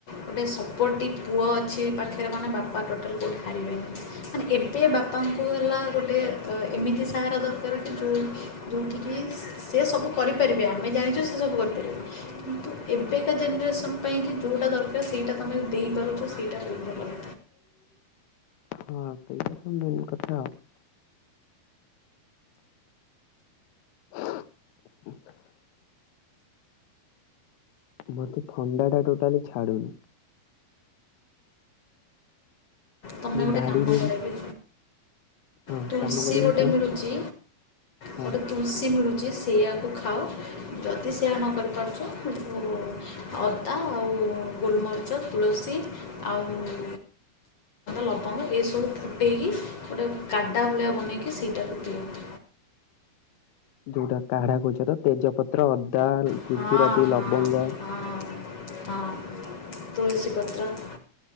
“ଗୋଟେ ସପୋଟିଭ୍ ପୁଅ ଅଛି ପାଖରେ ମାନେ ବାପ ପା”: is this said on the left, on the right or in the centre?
Left